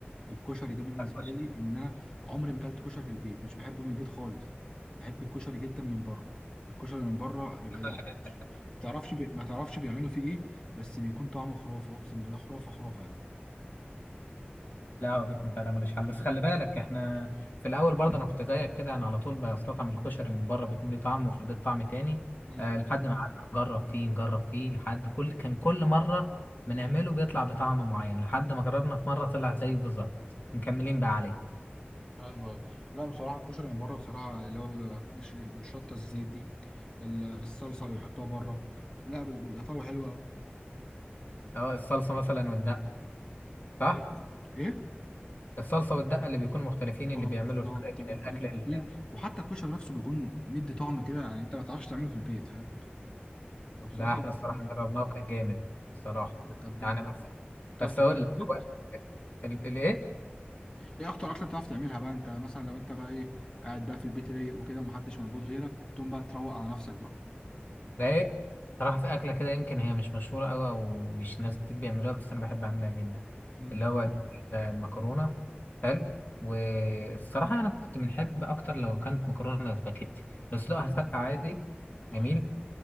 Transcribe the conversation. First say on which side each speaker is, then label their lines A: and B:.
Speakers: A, on the left; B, on the left.
A: الكشري ده بالنسبه
B: هتخش-
A: لي ان انا عمري ما اكلت كشري في البيت مش بحبه من البيت خالص بحب الكشري جدا من بره الكشري من بره بيبقى
B: هتخش
A: دع- ما تعرفش بي... ما تعرفش بيعملوا فيه ايه بس بيكون طعمه خرافه اقسم بالله خرافه خرافه
B: لا هو بيكون فعلا ملوش حل بس خلي بالك احنا في الاول برضه انا كنت زيك كده انا على طول بستطعم الكشري من بره بيكون ليه طعم وفي البيت طعم تاني
A: يعني
B: أه لحد ما قعدنا نجرب فيه نجرب فيه لحد كل كان كل مره بنعمله بيطلع بطعم معين لحد ما جربنا في مره طلع زيه بالظبط مكملين بقى عليه
A: ايوه لا بصراحه الكشري من بره بصراحه اللي هو بيبقى ش- شطه الزيت دي ال- الصلصه اللي بيحطوها بره لا بي- بيبقى طعمه حلو أوي.
B: اه الصلصه مثلا والدقه صح
A: فرق- ايه
B: الصلصه والدقه اللي بيكونوا مختلفين اللي
A: اه
B: بيعملوا
A: بالظبط
B: الفرق بين
A: بيكونوا
B: الاكل
A: مختلفين
B: ال-
A: وحتى الكشري نفسه بيكون مدي طعم كده يعني انت ما تعرفش تعمله في البيت فاهم فبصراحه
B: ده احنا الصراحه
A: بيكون-
B: جربناه وكان جامد الصراحه
A: طب
B: يعني
A: إيه؟
B: بس
A: بتعرف
B: بس
A: تعمله
B: اقول
A: في
B: لك
A: البيت
B: هو ال- الايه
A: ايه اكتر اكله بتعرف تعملها بقى انت مثلا لو انت بقى ايه قاعد بقى في البيت رايق وكده ومحدش موجود غيرك بتقوم بقى تروق على نفسك بقى
B: رايق صراحة في أكلة كده يمكن هي مش مشهورة أوي أو مش ناس كتير بيعملوها بس أنا بحب أعملها جدا
A: امم
B: اللي هو المكرونة حلو والصراحة أنا كنت بنحب أكتر لو كانت مكرونة سباكيتي بس لو هسلق عادي جميل
A: ايوه